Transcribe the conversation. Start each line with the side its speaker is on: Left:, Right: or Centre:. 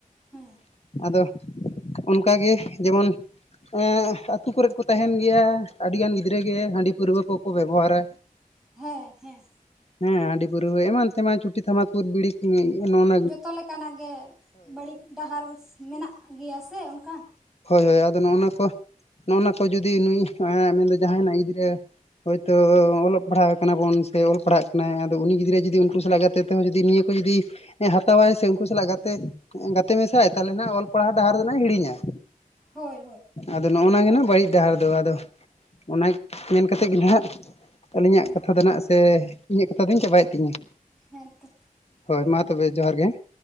Centre: ᱦᱮᱸ
Left: ᱟᱫᱚ ᱚᱱᱠᱟ ᱜᱮ ᱡᱮᱢᱚᱱ ᱮᱸ ᱟᱛᱩ ᱠᱚᱨᱮᱫ ᱠᱚ ᱛᱟᱦᱮᱱ ᱜᱮᱭᱟ ᱟᱹᱰᱤᱜᱟᱱ ᱜᱤᱫᱽᱨᱟᱹ ᱜᱮ ᱦᱟᱺᱰᱤ ᱯᱟᱹᱨᱣᱟᱹ ᱠᱚᱠᱚ ᱵᱮᱵᱚᱦᱟᱨᱟ
Centre: ᱦᱮᱸ ᱦᱮᱸ
Left: ᱦᱮᱸ ᱦᱟᱺᱰᱤ ᱯᱟᱹᱨᱭᱟᱹ ᱮᱢᱟᱱ ᱮᱱᱛᱮ ᱢᱟ ᱪᱩᱴᱤ ᱛᱷᱟᱢᱟᱠᱩᱨ ᱵᱤᱲᱤ ᱦᱩᱸ ᱱᱚᱱ
Centre: ᱡᱚᱛᱚ ᱞᱮᱠᱟᱱᱟᱜ ᱜᱮ ᱵᱟᱹᱲᱤᱡᱽ ᱰᱟᱦᱟᱨ ᱢᱮᱱᱟᱜ ᱜᱮᱭᱟ ᱥᱮ ᱚᱱᱠᱟ
Left: ᱦᱳᱭ ᱦᱳᱭ ᱟᱫᱚ ᱱᱚᱜᱼ ᱚᱱᱟ ᱠᱚ ᱱᱚᱜᱼᱚ ᱱᱟ ᱠᱚ ᱡᱩᱫᱤ ᱱᱩᱭ ᱮᱸ ᱢᱮᱱᱫᱚ ᱡᱟᱦᱟᱭ <unintelligible> ᱦᱚᱭᱛᱳ
Centre: ᱦᱮᱸ
Left: ᱚᱞᱚᱜ ᱯᱟᱲᱦᱟᱜ ᱠᱟᱱᱟ ᱵᱚᱱ ᱥᱮ ᱚᱞ ᱯᱟᱲᱦᱟᱜ ᱠᱟᱱᱟᱭ ᱟᱫᱚ ᱩᱱᱤ ᱜᱤᱫᱽᱨᱟᱹ ᱡᱩᱫᱤ ᱩᱱᱠᱩ ᱥᱟᱞᱟᱜ ᱜᱟᱛᱮ ᱛᱮᱦᱚᱸ ᱡᱩᱫᱤ ᱱᱤᱭᱟᱹ ᱠᱚ ᱡᱩᱫᱤ ᱦᱮᱸ ᱦᱟᱛᱟᱣᱟᱭ ᱥᱮ ᱩᱱᱠᱩ ᱥᱟᱞᱟᱜ ᱜᱟᱛᱮ ᱜᱟᱛᱮ ᱢᱮᱥᱟᱜ-ᱟᱭ ᱛᱟᱦᱚᱞᱮ ᱱᱟᱜ ᱚᱞ ᱯᱟᱲᱦᱟᱣ ᱰᱟᱦᱟᱨ ᱫᱚ ᱦᱤᱲᱤᱧᱟᱭ᱾
Centre: ᱦᱳᱭ ᱦᱳᱭ ᱾
Left: ᱟᱫᱚ ᱱᱚᱜᱼᱚᱱᱟ ᱜᱮ ᱱᱟᱜ ᱵᱟᱹᱲᱤᱡ ᱰᱟᱦᱟᱨ ᱫᱚ ᱟᱫᱚ ᱚᱱᱟ ᱢᱮᱱ ᱠᱟᱛᱮᱫ ᱜᱮ ᱱᱟᱦᱟᱸᱜ ᱟᱹᱞᱤᱧᱟᱜ
Centre: ᱦᱮᱸ
Left: ᱠᱟᱛᱷᱟ ᱫᱚ ᱱᱟᱦᱟᱸᱜ ᱥᱮ ᱤᱧᱟᱹᱜ ᱠᱟᱛᱷᱟ ᱫᱚᱧ ᱪᱟᱵᱟᱭᱮᱫ ᱛᱤᱧᱟᱹ
Centre: ᱦᱮᱸᱛᱚ ᱾
Left: ᱦᱳᱭ ᱢᱟ ᱛᱚᱵᱮ ᱡᱚᱦᱟᱨ ᱜᱮ ᱾